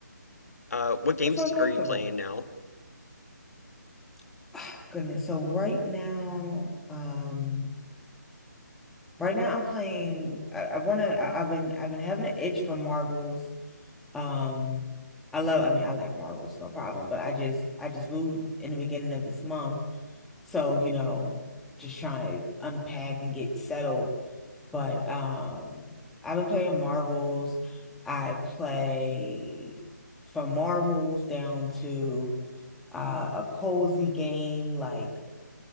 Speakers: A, on the left; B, in the centre.
A: Uh, what games
B: it's uncomfortable.
A: are you playing now?
B: <sighs> Oh, goodness. So right now, um, right now I'm playing. I, I wanna. I, I've been. I've been having an itch for Marvels. Um, I love. I mean, I like Marvels, no problem. But I just. I just moved in the beginning of this month, so you know, just trying to unpack and get settled. But um, I've been playing Marvels. I play from Marvels down to uh, a cozy game like